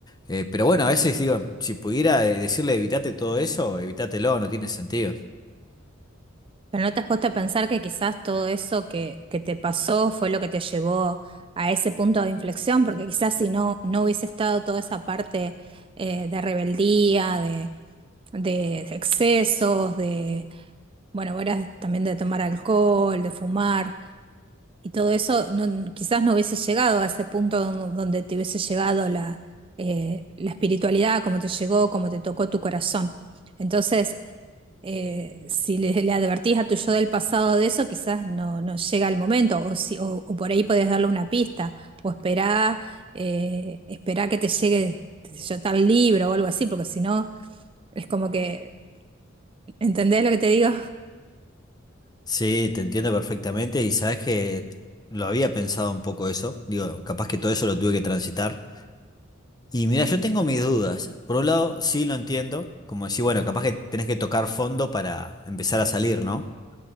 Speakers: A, on the left (about 20°); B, on the right (about 25°).
A: Eh, pero bueno, a veces digo, si pudiera eh, decirle evitate todo eso, evitatelo, no tiene sentido.
B: Pero no te has puesto a pensar que quizás todo eso que, que te pasó fue lo que te llevó a ese punto de inflexión, porque quizás si no, no hubiese estado toda esa parte eh, de rebeldía, de, de excesos, de, bueno, vos eras también de tomar alcohol, de fumar. Y todo eso no- quizás no hubiese llegado a ese punto don- donde te hubiese llegado la, eh, la espiritualidad, como te llegó, como te tocó tu corazón. Entonces, eh, si le, le advertís a tu yo del pasado de eso, quizás no, no llega el momento, o, si, o, o por ahí podés darle una pista, o esperá, eh, esperá que te llegue, qué sé yo, tal libro o algo así, porque si no, es como que, ¿entendés lo que te digo?
A: Sí, te entiendo perfectamente y sabes que lo había pensado un poco eso, digo, capaz que todo eso lo tuve que transitar. Y mira, yo tengo mis dudas. Por un lado, sí lo entiendo, como decir, bueno, capaz que tenés que tocar fondo para empezar a salir, ¿no?